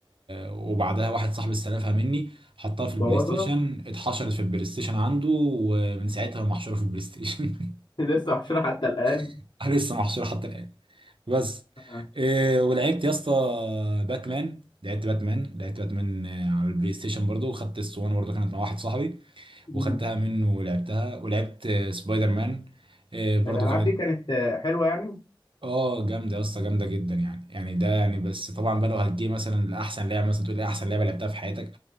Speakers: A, on the right; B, on the left.
A: وبعدها واحد صاحبي استلفها مني حطها في البلاي
B: بوظها
A: ستيشن اتحشرت في البلاي ستيشن عنده ومن ساعتها محشوره في البلاي ستيشن
B: <laughs> لسه محشورة حتى الآن
A: <laughs> لسه محشوره حتى الان بس
B: آه.
A: إيه ولعبت يا اسطى باتمان لعبت باتمان لعبت باتمان آه، على البلاي ستيشن برضو وخدت الاسطوانه برضو كانت مع واحد صاحبي
B: مم.
A: وخدتها منه ولعبتها ولعبت آه، سبايدر مان آه، برضو
B: الألعاب
A: كانت
B: دي كانت آه، حلوة يعني
A: اه جامده يا اسطى جامده جدا يعني يعني ده يعني بس طبعا بقى لو هتجي مثلا لاحسن لعبه مثلا تقول لي احسن لعبه لعبتها في حياتك